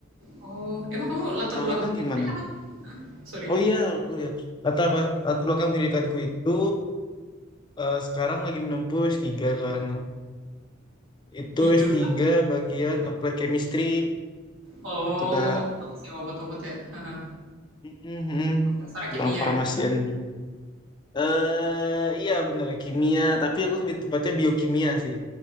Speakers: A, on the right; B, on the left.
A: Oh, emang kamu latar
B: Kalau
A: belakang
B: kakak
A: pendidikannya
B: gimana?
A: apa? Sorry,
B: Oh iya, aku ya. Latar, bel- latar belakang pendidikanku itu eh, sekarang lagi menempuh S3 kan. Itu
A: di jurusan?
B: S3 bagian Applied Chemistry
A: Oh,
B: itu Kak.
A: masih obat-obat ya. ha
B: Mhm.
A: Dasarnya
B: Tentang
A: kimia
B: farmasian.
A: ya.
B: Eh iya bener kimia, tapi aku lebih tepatnya biokimia sih.